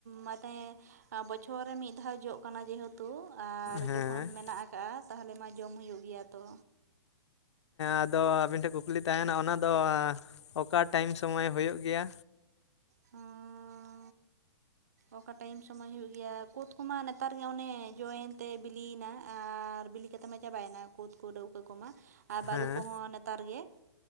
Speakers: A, on the right (about 35°); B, on the left (about 75°).
A: ᱢᱟᱱᱮ ᱵᱚᱪᱷᱚᱨ ᱨᱮ ᱢᱤᱫ ᱫᱷᱟᱣ ᱡᱚᱜ ᱠᱟᱱᱟ ᱡᱮᱦᱮ ᱛᱩ ᱟᱨ
B: ᱦᱮᱸ
A: ᱡᱚᱠᱷᱚᱱ ᱢᱮᱱᱟᱜ ᱟᱠᱟᱜ ᱛᱟᱦᱞᱮ ᱢᱟ ᱡᱚᱢ ᱦᱩᱭᱩᱜ ᱜᱮᱭᱟ ᱛᱚ᱾
B: ᱟᱫᱚ ᱟᱹᱵᱤᱱ ᱴᱷᱮᱱ ᱠᱩᱠᱞᱤ ᱛᱟᱦᱮᱱᱟ ᱚᱱᱟᱫᱚ ᱚᱠᱟ ᱴᱟᱭᱤᱢ ᱥᱚᱢᱚᱭ ᱦᱳᱭᱳᱜ ᱜᱮᱭᱟ?
A: ᱦᱩᱸᱻ ᱚᱠᱟ ᱴᱟᱭᱤᱢ ᱥᱚᱢᱚᱭ ᱦᱩᱭᱩᱜ ᱜᱮᱭᱟ, ᱠᱩᱫ ᱠᱚᱢᱟ ᱱᱮᱛ ᱱᱮᱛᱟᱨ ᱜᱮ ᱚᱱᱮ ᱡᱚᱭᱮᱱ ᱛᱮ ᱵᱤᱞᱤᱭᱮᱱᱟ ᱟᱨ ᱵᱤᱞᱤ ᱠᱟᱛᱮ ᱢᱟ ᱪᱟᱵᱟᱭᱱᱟ ᱠᱩᱫᱽ ᱠᱚ ᱰᱟᱹᱣᱠᱟᱹ ᱠᱚᱢᱟ᱾ ᱟᱨ ᱵᱟᱹᱨᱩ
B: ᱦᱮᱸ
A: ᱠᱚᱦᱚᱸ ᱱᱮᱛᱟᱨ ᱜᱮ